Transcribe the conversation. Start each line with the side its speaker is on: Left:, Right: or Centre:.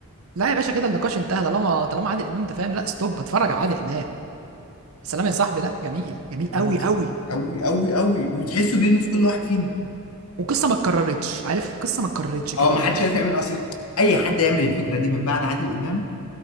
Right: لا يا باشا كده النقاش انتهى طالما طالما عادل امام انت فاهم لا ستوب اتفرج على عادل امام سلام يا صاحبي لا جميل جميل
Left: فاهم
Right: قوي قوي
Left: قوي قوي قوي بتحسه بيلمس كل واحد فينا
Right: وقصه ما اتكررتش عارف قصه ما اتكررتش كده
Left: اه ما
Right: ما
Left: حدش عارف يعمل اصلا اي حد يعمل الفكره دي من بعد عادل امام